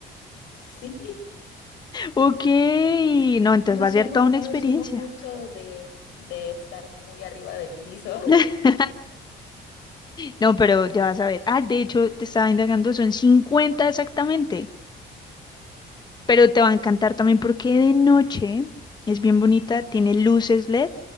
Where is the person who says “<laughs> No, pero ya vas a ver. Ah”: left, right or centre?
Left